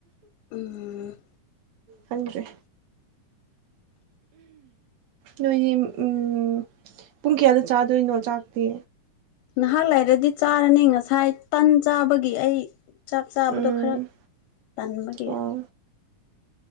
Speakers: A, on the left; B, on the right.
A: ꯎꯝ
B: ꯍꯪꯗꯦ ꯅꯣꯏꯗꯤ ꯎꯝ ꯄꯨꯡ ꯀꯌꯥꯗ ꯆꯥꯗꯣꯏꯅꯣ ꯆꯥꯛꯇꯤ
A: ꯅꯍꯥꯛ ꯂꯩꯔꯗꯤ ꯆꯥꯔꯅꯤ ꯉꯁꯥꯏ ꯇꯟ ꯆꯥꯕꯒꯤ ꯑꯩ ꯆꯥꯛ ꯆꯥꯕꯗꯣ
B: ꯎꯝ
A: ꯈꯔ ꯇꯟꯥꯟꯕꯒꯤ
B: ꯑꯣ